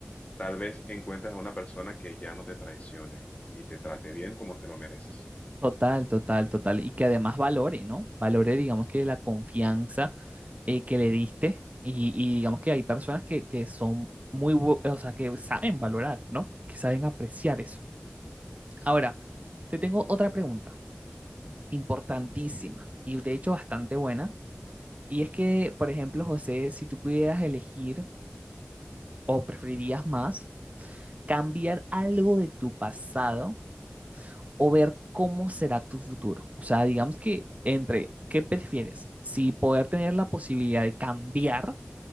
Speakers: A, on the left; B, on the right.
A: tal vez encuentres a una persona que ya no te traicione y te trate bien como te lo mereces.
B: Total, total, total. Y que además valore, ¿no? Valore, digamos que la confianza eh, que le diste y, y digamos que hay personas que, que son muy, bu- o sea, que saben valorar, ¿no? Que saben apreciar eso. Ahora, te tengo otra pregunta importantísima y de hecho bastante buena. Y es que, por ejemplo, José, si tú pudieras elegir o preferirías más cambiar algo de tu pasado o ver cómo será tu futuro. O sea, digamos que entre, ¿qué prefieres? Si poder tener la posibilidad de cambiar